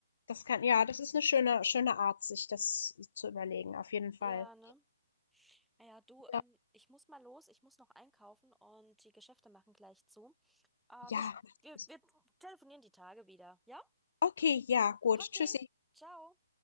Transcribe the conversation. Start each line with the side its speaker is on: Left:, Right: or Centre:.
Left: Das kann, ja, das ist eine schöne, schöne Art, sich das zu überlegen, auf jeden Fall.
Centre: Ja, ne? Naja, du, ähm,
Left: Ja,
Centre: ich muss mal los, ich muss noch einkaufen und die Geschäfte machen gleich zu. Äh,
Left: ja.
Centre: wir, sch-
Left: mach
Centre: wir,
Left: los.
Centre: wir telefonieren die Tage wieder, ja?
Left: Okay, ja, gut.
Centre: Okay,
Left: Tschüssi.
Centre: ciao.